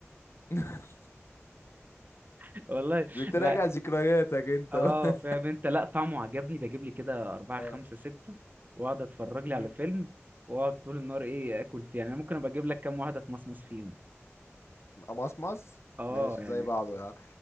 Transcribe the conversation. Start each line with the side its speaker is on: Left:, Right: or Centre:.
Left: <laughs>
Right: <laughs> والله
Left: بتراجع
Right: لا
Left: ذكرياتك انت
Right: اه
Left: بقى
Right: فاهم انت لا طعمه عجبني بجيب لي كده
Left: <laughs>
Right: اربعه
Left: اه
Right: خمسه سته واقعد اتفرج لي
Left: مم.
Right: على فيلم واقعد طول النهار ايه اكل فيه يعني انا ممكن ابقى اجيب لك كام واحده اتمصمص فيهم
Left: مصمص
Right: اه
Left: ماشي
Right: يعني
Left: زي بعضه يعني